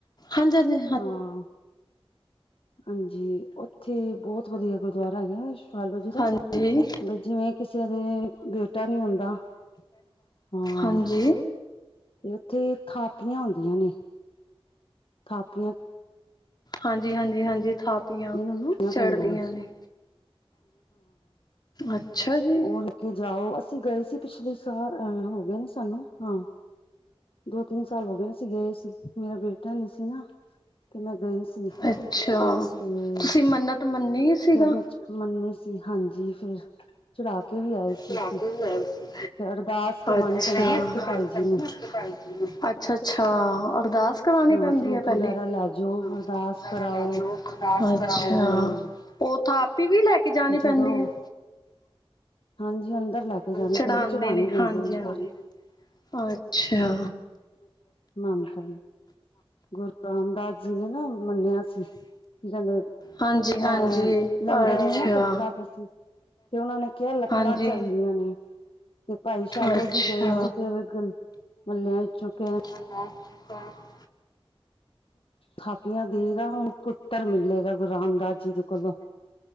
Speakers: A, on the left (about 45°); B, on the left (about 65°).
A: ਹਂਜੀ, ਹਂਜੀ।
B: ਹਾਂ। ਹਂਜੀ, ਔਥੇ ਬੋੱਤ ਵਧੀਆ ਗੁਰਦੁਆਰਾ ਹੈਗਾ ਸਾ਼ਲੋ ਜੀ ਦਾ।
A: ਹਾਂਜੀ
B: ਬਸ ਜਿਵੇਂ ਕਿਸੇ ਦੇ ਬੇਟਾ ਨੀ ਹੁੰਦਾ ਹਾਂ
A: ਹਂਜੀ।
B: ਤੇ ਉੱਥੇ ਥਾਪੀਆਂ ਆਉਂਦੀਆਂ ਨੇ। ਥਾਪੀਆਂ।
A: ਹਂਜੀ, ਹਂਜੀ, ਹਂਜੀ ਥਾਪ ਇਆਂ
B: ਕਹਿੰਦੇ ਨੇ ਉਹਨੂੰ
A: ਚੜਦੀਆਂ
B: ਪੈਂਦੀਆਂ
A: ਨੇ। ਅੱਛਾ ਜੀ
B: ਔ ਹ ਲੈ ਕੇ ਜਾਔ ਅਸੀਂ ਗਏ ਸੀ। ਪਿਛਲੇ ਸਾਲ ਅ ਹੋ ਗਏ ਨੇ ਸਾਨੂੰ ਹਾਂ। ਦੋਤਿੰਨ ਸਾਲ ਹੋ ਗਏ ਅਸੀ ਗਏ ਸੀ ਮੇਰਾ ਬੇਟਾ ਨਹੀਂ ਸੀ ਨਾ। ਤੇ ਮੈਂ ਗਈ ਸੀ,
A: ਅੱਛਾ
B: ਤੇ
A: ਤੁਸੀਂ ਮੰਨਤ ਮੰਨੀ ਸੀਗਾ
B: ਫੇਰ ਮੈਂ ਮੰਨੀ ਸੀ, ਹਾਂਜੀ ਫੇਰ ਚੜਾ ਕੇ ਵੀ ਆਏ ਸੀ।
A: ਚੜਾ
B: ਅਸੀਂ
A: ਕੇ ਵੀ ਆਏ ਸੀ,
B: ਤੇ ਅਰਦਾਸ ਕਰਵਾਉਣੀ
A: ਅੱਛਾ।
B: ਪੈਂਦੀ
A: ਅਰਦਾਸ
B: ਹੈ ਉੱਥੇ ਭਾਈ ਜੀ
A: ਕਰਾਨੀ ਪੈਂਦੀ
B: ਨੂੰ
A: ਏ। ਅੱਛਾ, ਅੱਛਾ ਅਰਦਾਸ ਕਰਾਨੀ
B: ਹਾਂ
A: ਪੈਂਦੀ
B: ਫਰੂਟ
A: ਆ, ਪਹਿਲੇ
B: ਵਗੈਰਾ ਲੈ ਜਾਓ
A: ਫਰੂਟਸ
B: ਅਰਦਾਸ
A: ਵਗੈਰਾ
B: ਕਰਾਓ
A: ਲੈ ਜੋ ਅਰਦਾਸ ਕਰਾਓ,
B: ਫਿਰ
A: ਅੱਛਾ। ਔਰ ਥਾਪੀ ਵੀ ਲੈ ਕੇ ਜਾਨੀ
B: ਜਦੋਂ
A: ਪੈਂਦੀ ਏ।
B: ਹਾਂਜੀ ਅੰਦਰ ਲੈ ਕੇ ਜਾਣੀ
A: ਚੜਾਂਦੇ
B: ਪੈਂਦੀ ਚੜਾਉਣੀ
A: ਨੇ
B: ਪੈਂਦੀ
A: ਹਾਂਜੀ-ਹਾਂਜੀ।
B: ਉਹ ਅੰਦਰ
A: ਅੱਛਾ
B: ਮਾਨਤਾ ਏ ਗੁਰ ਰਾਮਦਾਸ ਜੀ ਨੇ ਨਾ ਮੰਨੇਆ ਸੀ, ਕੀ ਕਹਿੰਦੇ
A: ਹਾਂਜੀ-ਹਾਂਜੀ
B: ਐ
A: ਅੱਛਾ।
B: ਲੰਗਰ ਨੀ ਨਾ ਖਖਾਂ ਫੇਰ ਤੇ ਉਨਾਂ ਨੇ ਕੇਆ ਲੱਕੜਾਂ
A: ਹਾਂਜੀ।
B: ਚਲਨੀਆਂ ਨੇ। ਤੇ ਭਾਈ ਸ਼ਾਲੋ
A: ਅੱਛਾ। ਅੱਛਾ
B: ਜੀ ਗਏ ਸੀ, ਫੇਰ ਮਹੱਲੇਆਂ ਚੋਂ ਕੈਹਨ
A: <unintelligible>
B: ਥਾਪੀਆਂ ਦੇਗਾ, ਹੁਨ ਪੁੱਤਰ ਮਿਲੇਗਾ। ਗੁਰੂ ਰਾਮਦਾਸ ਜੀ ਦੇ ਕੋਲੋਂ।